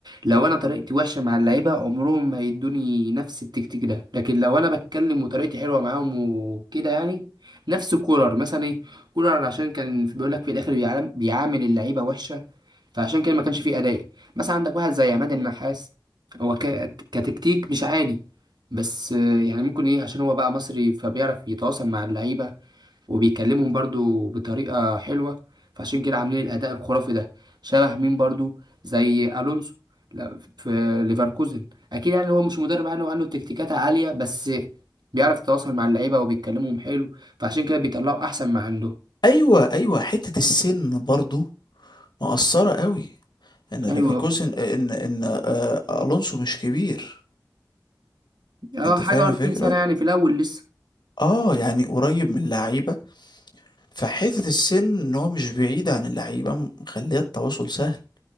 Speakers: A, on the right (about 75°); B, on the left (about 80°).
A: لو انا طريقتي وحشة مع اللعيبة عمرهم ما هيدوني نفس التكتيك ده لكن لو انا بتكلم وطريقتي حلوة معاهم وكده يعني نفس كولر مثلا ايه كولر عشان كان بيقول لك في الاخر بيعام- بيعامل اللعيبة وحشة فعشان كده ما كانش فيه اداء مثلا عندك واحد زي عماد النحاس هو ك- كتكتيك مش عالي بس يعني ممكن ايه عشان هو بقى مصري فبيعرف يتواصل مع اللعيبة وبيكلمهم برضو بطريقة حلوة فعشان كده عاملين الأداء الخرافي ده شبه مين برضو زي ألونسو لا، في ليفركوزن أكيد يعني هو مش مدرب عالي وعنده تكتيكات عالية بس بيعرف يتواصل مع اللعيبة وبيتكلمهم حلو فعشان كده بيطلعوا أحسن ما عندهم
B: ايوه ايوه حته السن برضو مؤثره قوي ان ليفركوزن
A: يعني هو-
B: ان ان آه، الونسو مش كبير
A: اه
B: انت
A: حاجة
B: فاهم
A: 40
B: الفكره
A: سنة يعني في الأول لسه
B: اه يعني قريب من اللعيبه فحته السن ان هو مش بعيد عن اللعيبه مخليه التواصل سهل